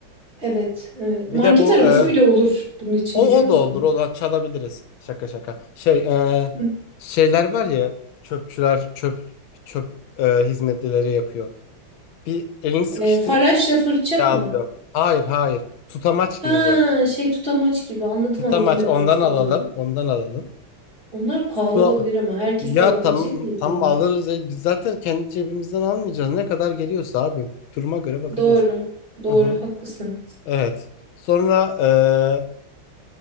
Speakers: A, on the right; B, on the left.
A: Evet, evet.
B: Bir
A: Market
B: de bu
A: arabası
B: e,
A: bile olur bunun için
B: o
A: biliyor
B: o
A: musun?
B: da olur. O da çalabiliriz. Şaka şaka. Şey e,
A: Hı.
B: şeyler var ya çöpçüler çöp çöp e, hizmetlileri yapıyor. Bir elini sıkıştırıyor
A: E, faraşla fırça
B: bir
A: mı?
B: alıyor. Hayır hayır. Tutamaç
A: Ha,
B: gibi böyle.
A: şey tutamaç gibi anladım
B: Tutamaç
A: anladım ne
B: ondan
A: demek istediğini.
B: alalım. Ondan alalım.
A: Onlar pahalı
B: Bu
A: olabilir ama herkese
B: ya
A: alabilecek
B: tam
A: miyiz
B: tam
A: onu?
B: alırız. E, Biz zaten kendi cebimizden almayacağız. Ne kadar geliyorsa abi duruma göre bakacağız.
A: Doğru. Doğru
B: Hı hı.
A: haklısın.
B: Evet. Sonra e,